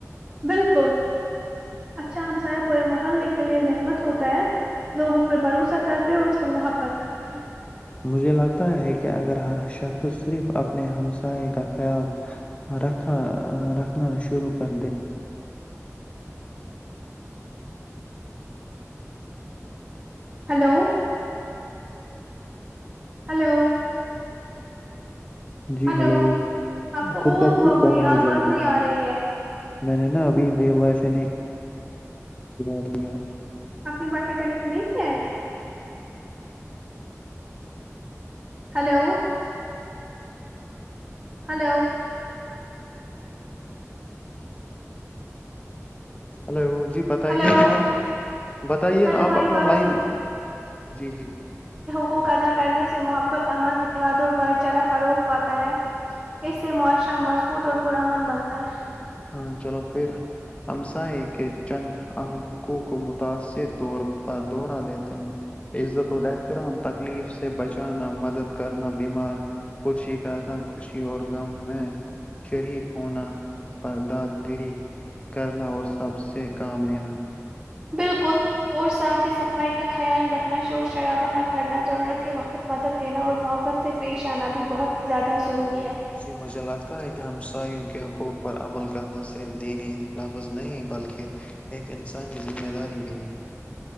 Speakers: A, on the right (about 25°); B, on the left (about 25°).
A: بالکل اچھا ہمساائے پورے محلے کے لیے رحمت ہوتا ہے لوگ اس پہ بھروسہ کرتے ہیں اور اس سے محبت کرتے ہیں
B: مجھے لگتا ہے کہ اگر ہر شخص صرف اپنے ہمسائے کا خیال رکھا رکھنا شروع کر دے
A: ہلو <unintelligible> ہلو <unintelligible>
B: جی
A: ہلو
B: ہیلو
A: آپ کو
B: خود
A: اور
B: بخود
A: ہوا وہی
B: کام ہو
A: آواز
B: جائیں
A: نہیں
B: گے
A: آ رہی ہے
B: میں نے نا ابھی وی وائف ہے نہیں یہ بات کی آپ
A: آپنی وائی فائی کانیکٹ نہیں کیا ہلو ہلو
B: ہلو جی بتائیے
A: ہلو
B: نا آپ بتائیے
A: میں
B: نا
A: تمہاری
B: آپ اپنا
A: بات
B: لائن
A: سے
B: جی جی
A: کو ادا کرنے سے محبت امن اتحاد اور بھائی چارہ فروغ پاتا ہے اس سے معاشرہ مضبوط اور پرامن بنتا ہے
B: ہاں چلو پھر ہممسا ہے کہ چند اہم حقوق کو متاثر طور پر دہرہ لیتے ہیں عزت و احترام تکلیف سے بچانا مدد کرنا بیمار پش کرنا خوشی اور غم میں شریک ہونا پردادری کرنا اور سب سے کام لینا
A: بالکل اور ساتھ ہی صفائی کا خیال رکھنا شور شرابا نہ کرنا ضرورت کے وقت مدد دینا اور محبت سے پیش آنا بھی بہت زیادہ ضروری ہے
B: جی مجھے لگتا ہے کہ ہمسایوں کے حقوق پر عمل کا نہ صرف دینی لفظ نہیں بلکہ ایک انسانی کی ذمہ داری بھی ہے